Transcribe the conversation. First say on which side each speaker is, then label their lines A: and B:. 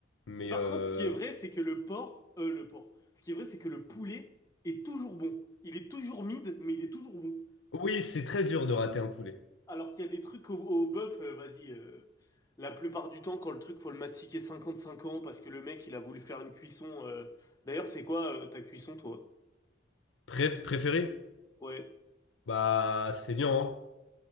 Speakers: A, on the left (about 80°); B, on the left (about 20°).
A: Mais
B: Par
A: euh,
B: contre, ce qui est vrai, c'est que le porc, euh, le porc, ce qui est vrai, c'est que le poulet est toujours bon. Il est toujours mid, mais il est toujours bon.
A: oui, c'est très dur de rater un poulet.
B: Alors qu'il y a des trucs au, au bœuf, euh, vas-y, euh, la plupart du temps, quand le truc, faut le mastiquer 55 ans parce que le mec, il a voulu faire une cuisson. euh, D'ailleurs, c'est quoi euh, ta cuisson, toi?
A: Bref, préféré?
B: Ouais.
A: Bah, saignant, hein,